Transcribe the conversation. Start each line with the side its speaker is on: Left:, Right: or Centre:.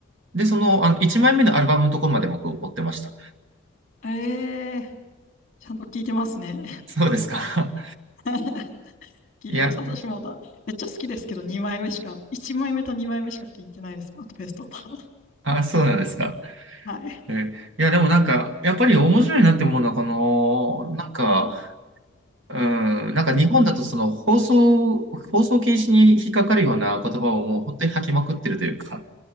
Right: で、その、あの、1枚目のアルバムのところまで僕追ってました。
Left: ええちゃんと聞いてますね。
Right: そうですか。
Left: <laughs> 聞いてます。
Right: <laughs> いや、
Left: 私もまだ、めっちゃ好きですけど、2枚目しか、1枚目と2枚目しか聞いてないです。あとベストだ。<laughs>
Right: あ、そうなんですか。
Left: はい。
Right: えーいや、でもなんか、やっぱり面白いなって思うのは、この、なんか、うん、なんか日本だとその放送、放送禁止に引っかかるような言葉をもう本当に吐きまくってるというか、